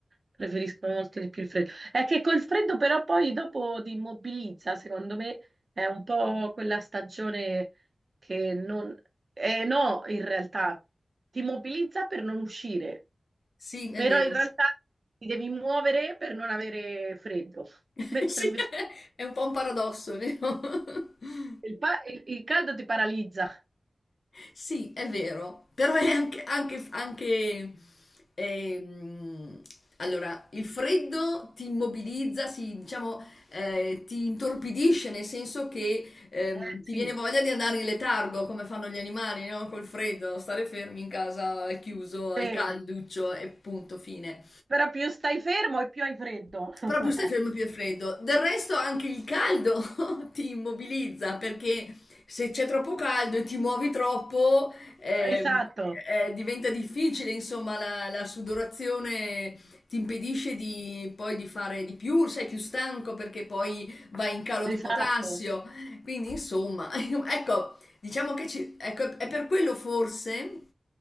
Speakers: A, on the right; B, on the left.
A: Preferiscono molto di più il freddo. È che col freddo però poi dopo ti immobilizza, secondo me è un po' quella stagione che non... Eh no, in realtà ti immobilizza per non uscire,
B: Sì, è
A: però
B: vero.
A: in realtà ti devi muovere per non avere freddo,
B: <laughs>
A: mentre
B: Sì,
A: invece
B: è un po' un paradosso, vero? <laughs>
A: il, pa- il il caldo ti paralizza.
B: Sì, è vero. Però è anche, anche- anche, ehm, allora, il freddo ti immobilizza, si- diciamo, eh, ti intorpidisce, nel senso che ehm,
A: Eh,
B: ti
A: sì,
B: viene voglia di andare in letargo, come fanno gli animali, no? Col freddo, stare fermi in casa, al chiuso, al
A: sì.
B: calduccio e punto, fine.
A: Però più stai fermo e più hai freddo. <laughs>
B: Proprio questo è il giorno più freddo. Del resto anche il caldo <laughs> ti immobilizza perché se c'è troppo caldo e ti muovi troppo ehm,
A: Esatto,
B: eh, diventa difficile, insomma, la, la sudorazione ti impedisce di, poi di fare di più, sei più stanco perché poi vai in calo
A: esatto.
B: di potassio. Quindi, insomma, <laughs> ecco, Diciamo che ci, ecco, è per quello forse